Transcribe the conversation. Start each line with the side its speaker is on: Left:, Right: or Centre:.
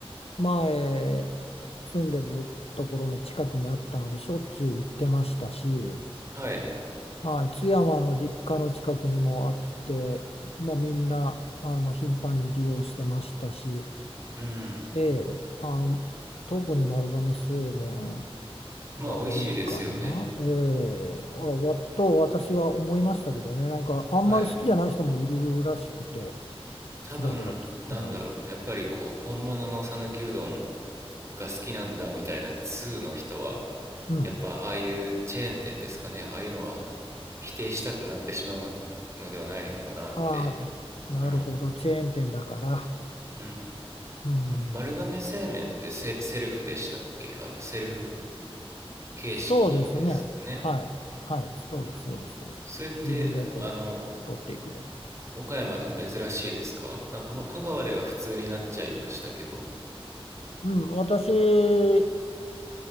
Left: 前住んでたところの近くにあったのでしょっちゅう行ってましたし、
Right: はい。
Left: はい、津山の実家の近くにもあって、まあ、みんなあの頻繁に利用してましたし、
Right: うん。
Left: ええ、あの特に丸亀製麺
Right: まあ美味しいですよね。
Left: が多いかな、ええ、あ、わと私は思いましたけどね、なんかあんまり好きじゃない人もいるらしくて。
Right: はい。多分、
Left: ちらほら聞くのに。
Right: なんだろう。やっぱりこう、本物の讃岐うどんが好きなんだみたいな通の人は、
Left: うん。
Right: やっぱああいうチェーン店ですかね。ああいうのは否定したくなってしまうのではないのかなって。
Left: ああ、なるほど。
Right: うん。
Left: チェーン店だから。
Right: うん。
Left: うん。
Right: 丸亀製麺ってセ、セルフでしたっけあの、セルフ形式ですね。
Left: そうですね。はい。はい。そうです。そうです。
Right: それって、
Left: 自分でこう、
Right: あの、
Left: 取っていくやつ。
Right: 岡山では珍しいですかなんかもう香川では普通になっちゃいましたけど。
Left: うん。私、